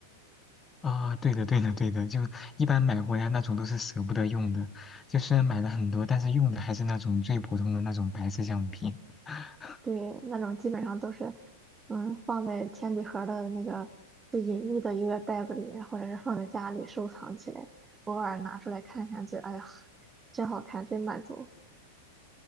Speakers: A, on the left; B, on the right.
A: 啊，对的，对的，对的，就一般买回来那种都是舍不得用的，就虽然买了很多，但是用的还是那种最普通的那种白色橡皮。<laughs>
B: 对，那种基本上都是，嗯，放在铅笔盒儿的那个最隐秘的一个袋子里面，或者是放在家里收藏起来，偶尔拿出来看看，觉得哎呀，真好看，真满足。